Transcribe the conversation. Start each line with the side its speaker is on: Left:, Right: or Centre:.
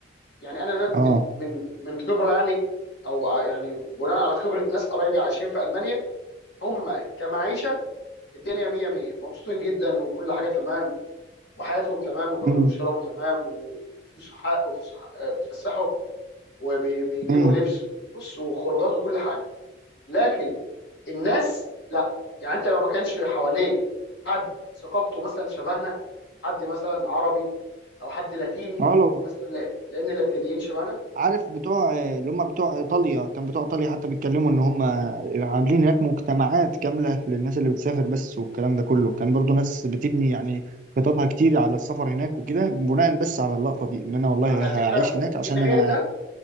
Left: يعني انا من
Right: اه
Left: من من خبره يعني او ع- يعني بناء على خبره ناس قرايبي عايشين في المانيا هم كمعيشه الدنيا مية مية مبسوطين جدا وكل حاجه تمام وحياتهم تمام وبياكلوا
Right: امم
Left: وبيشربوا تمام وفلوسهم حق وفلوسهم حق آه، بيتفسحوا وبيجيبوا
Right: امم
Left: لبس وبص وخروجات وكل حاجه لكن الناس لا يعني انت لو ما كانش حواليك حد ثقافته مثلا شبهنا حد مثلا عربي او حد لاتيني
Right: اه لو
Left: مثلا لا- لان اللاتينيين شبهنا
Right: عارف بتوع اللي هم بتوع ايطاليا كان بتوع ايطاليا حتى بيتكلموا ان هم عاملين هناك مجتمعات كامله للناس اللي بتسافر بس والكلام ده كله كان برضو ناس بتبني يعني خططها كتير على السفر هناك وكده بناء بس على اللقطه دي ان انا والله
Left: على
Right: هعيش
Left: فكره
Right: هناك عشان
Left: من غير
Right: انا
Left: ده